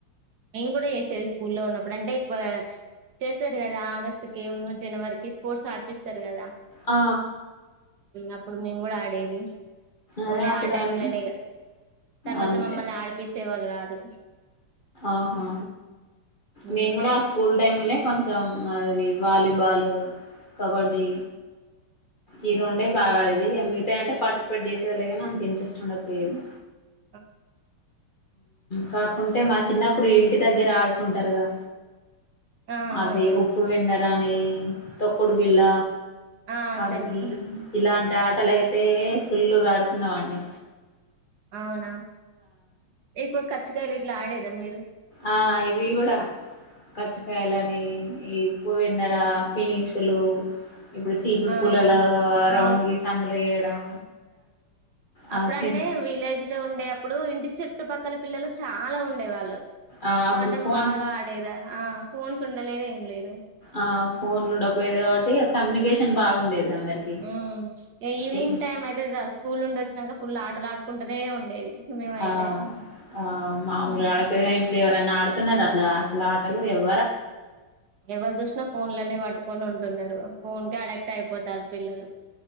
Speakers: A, on the right; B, on the left.
A: నేను కూడా చేసేది స్కూల్లో ఉన్నప్పుడు అంటేక్కువ చేస్తారు కదా ఆగస్టుకి ఉన్న జనవరికిి స్పోర్ట్స్ ఆడిపిస్తారు కదా
B: ఆ
A: అప్పుడు మేము కూడా ఆడేది
B: అదే
A: ఓన్లీ
B: అప్పుడు
A: ఆ టైమ్
B: ఆడిన
A: లోనిగా తర్వాత
B: అంతే
A: మమ్మల్ని ఆడిపచ్చే వాళ్ళు కాదు
B: ఆహా
A: ఉమ్,
B: మేం కూడా ఆ స్కూల్ టైమ్ల కొంచెం అది వాలీబాలు కబడ్డీ ఈ రెండే బాగా ఆడేది ఇక మిగతా అంటే పార్టిసిపేట్ చేసేది లే కానీ అంత ఇంట్రెస్ట్ ఉండకపోయేది
A: ఆ
B: కాకుంటే మా చిన్నప్పుడు ఇంటి దగ్గర ఆడుకుంటారుగా
A: ఆ
B: అది
A: అవునవును
B: ఉప్పు విందరాని తొక్కుడు బిల్ళ
A: ఆ
B: అగి
A: తెలుసు
B: ఇలాంటి ఆటలై తే ఫుల్లుగా ఆడుకున్నవాని
A: అవునా ఎక్కువ ఖచ్చగాయ వీట్లా ఆడేదా మీరు
B: ఆ ఇవి కూడా కచ్చకాయలని ఈ ఉవెందర పినిసులు ఇప్పుడు చీపురు
A: ఆ
B: పూలలు రౌండ్
A: ఆ
B: గసిందులో వేయడం
A: అప్పుడ
B: ఆ చి
A: అంటే విలేజ్ లో ఉండేప్పుడు ఇంటి చుట్టుపక్కల పిల్లలు చాలా ఉండే వాళ్ళు
B: ఆ అప్పుడు
A: చోటం
B: ఫోన్స్
A: బాగా ఆడేదా ఆ ఫోన్స్ ఉండలేద ఏం లేదు
B: ఆ ఫోన్లు ఉండపోయేది కాబట్టి కమ్యూనికేషన్ బాగుండేది అందరికి
A: అ ఈవినింగ్
B: ఏ
A: టైం అయితే స్కూల్ నుండి వచ్చినాక ఫుల్ ఆటలు ఆడుకుంటూనే ఉండేది మేమైతే
B: ఆ ఆ మామూలుగా
A: హ్మ్.
B: ఆడపిగా ఇప్పుడు ఎవరన్నా ఆడుతున్నారు అట్లా అసలు ఆటలు ఎవ
A: ఎవరు చూసినా ఫోన్ లోనే పట్టుకొని ఉంట అంటున్నారు ఫోన్ క అడాక్ట్ అయిపోతారు పిల్లలు